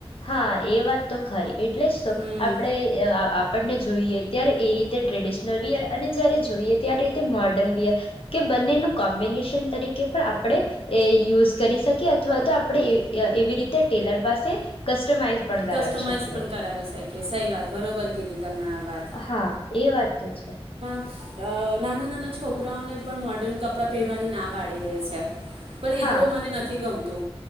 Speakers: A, on the left; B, on the right.
A: હા એ વાત તો ખરી. એટલે જ તો
B: હમ
A: આપણે અહ આપણને જોઈએ ત્યારે એ રીતે ટ્રેડિશનલ વિયર અને જયારે જોઈએ ત્યારે રીતે તે મોર્ડર્ન વિયર કે બંનેનું કોમ્બિનિશન તરીકે પણ આપણે એ યુઝ કરી શકીએ અથવા તો આપણે એ એવી રીતે ટેલર પાસે કસ્ટમાઈઝ પણ કરાવી
B: કસ્ટમાઈઝ
A: શકીએ
B: પણ કરાવી શકીએ, સહી વાત, બરોબર કીધી તમે આ વાત.
A: હા એ વાત તો છે.
B: અહ નાના-નાના છોકરાઓને પણ મોર્ડર્ન કપડાં પહેરવાની ના પાડી દે છે. પણ
A: હા
B: એતો મને નથી ગમ તો